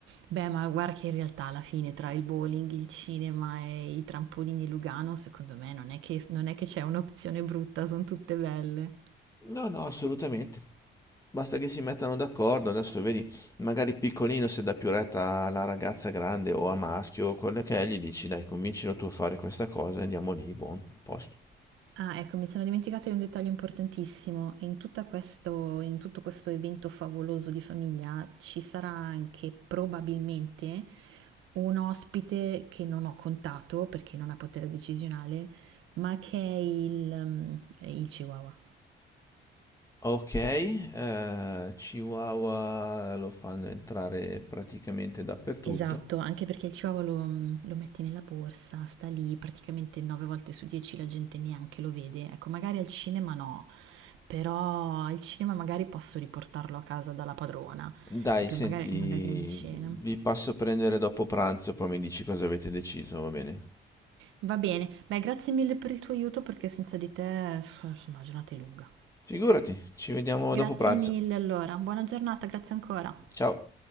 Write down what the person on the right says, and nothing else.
Beh, ma guarda che in realtà alla fine tra il bowling, il cinema e i trampolini Lugano, secondo me non è che, non è che c'è un'opzione brutta, sono tutte belle.
Ah, ecco, mi sono dimenticata di un dettaglio importantissimo. In tutta questo- in tutto questo evento favoloso di famiglia ci sarà anche probabilmente un ospite che non ho contato perché non ha potere decisionale, ma che è il, ehm, il Chihuahua.
Esatto, anche perché il Chihuahua lo, mm, lo metti nella borsa, sta lì, praticamente 9 volte su 10 la gente neanche lo vede. Ecco, magari al cinema no, però al cinema magari posso riportarlo a casa dalla padrona,
per
magari, magari prima di cena.
Va bene, beh, grazie mille per il tuo aiuto perché senza di te, f- insomma, la giornata è lunga.
Grazie
mille allora, buona giornata, grazie ancora.